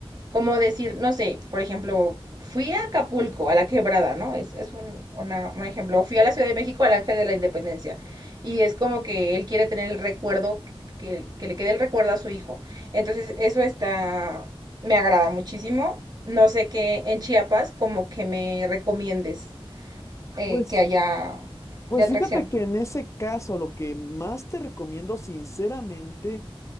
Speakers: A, on the right; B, on the left.
A: Como decir, no sé, por ejemplo, fui a Acapulco, a la quebrada, ¿no? Es, es un, una- un ejemplo. O fui a la Ciudad de México, al Ángel de la Independencia. Y es como que él quiere tener el recuerdo, que, que le quede el recuerdo a su hijo. Entonces, eso está, me agrada muchísimo. No sé qué en Chiapas, como que me recomiendes eh,
B: Pues,
A: que haya
B: pues
A: de atracción.
B: fíjate que en ese caso lo que más te recomiendo sinceramente